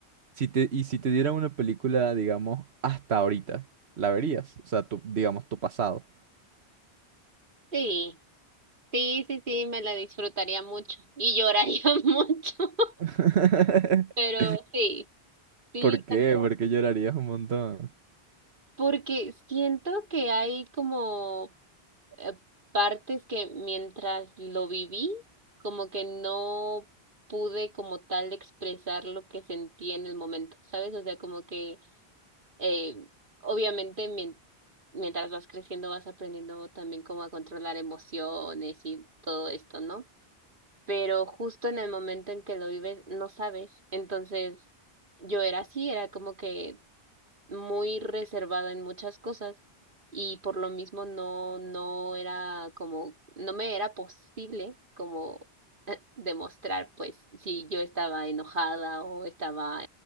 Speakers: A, on the right; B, on the right.
A: si te, y si te dieran una película, digamos, hasta ahorita, ¿la verías? O sea, tu, digamos, tu pasado.
B: Sí, sí, sí, sí, me la disfrutaría mucho y lloraría <laughs> mucho,
A: <laughs>
B: pero sí, sí,
A: ¿Por qué?
B: con todo.
A: Porque llorarías un montón.
B: Porque siento que hay como eh, partes que mientras lo viví, como que no pude como tal expresar lo que sentí en el momento, ¿sabes? O sea, como que Eh, obviamente, mien- mientras vas creciendo, vas aprendiendo también cómo a controlar emociones y todo esto, ¿no? Pero justo en el momento en que lo vives, no sabes. Entonces, yo era así, era como que muy reservada en muchas cosas y por lo mismo no, no era como, no me era posible como <laughs> eh, demostrar pues si yo estaba enojada o estaba